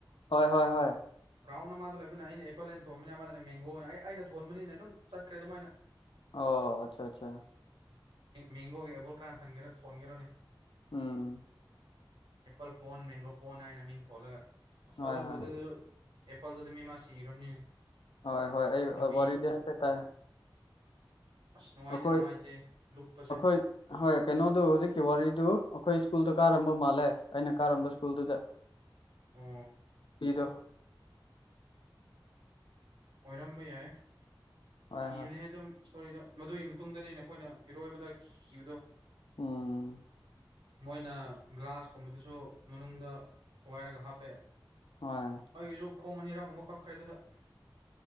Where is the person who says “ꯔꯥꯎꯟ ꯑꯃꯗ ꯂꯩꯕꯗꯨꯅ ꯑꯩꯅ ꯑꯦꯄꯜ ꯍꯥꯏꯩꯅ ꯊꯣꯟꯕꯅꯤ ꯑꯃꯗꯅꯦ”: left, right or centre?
Right